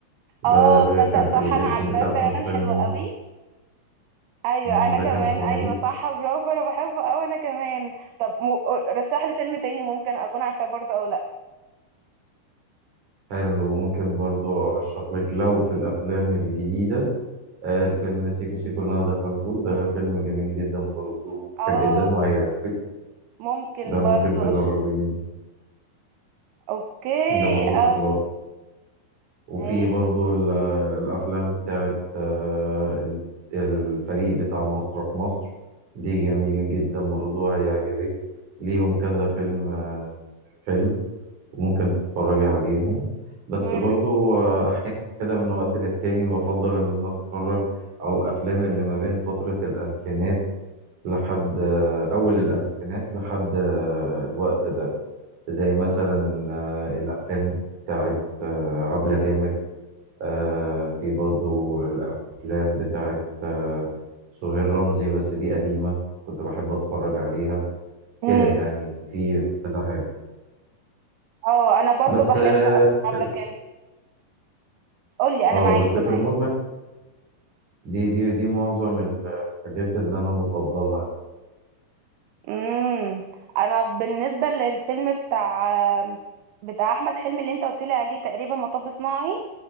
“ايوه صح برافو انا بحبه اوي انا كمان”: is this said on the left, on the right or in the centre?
Right